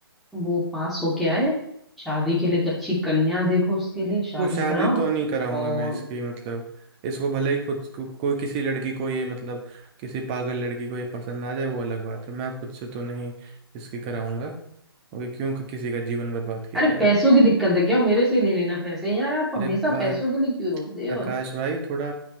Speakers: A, in the centre; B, on the right.
A: वो पास होके आए शादी के लिए एक अच्छी कन्या देखो उसके लिए शादी
B: वो शादी
A: कराओ
B: तो नहीं कराऊंगा
A: और
B: मैं इसकी मतलब इसको भले ही खुद को कोई किसी लड़की को ये मतलब किसी पागल लड़की को ये पसंद आ जाए वो अलग बात है मैं खुद से तो नहीं इसकी कराऊंगा क्योंकि क्यों किसी का जीवन बर्बाद किया
A: अरे
B: जाए
A: पैसों की दिक्कत है क्या मेरे से ले लेना पैसे यार आप हमेशा
B: अरे बात
A: पैसों के लिए क्यों रोते हो
B: आकाश भाई थोड़ा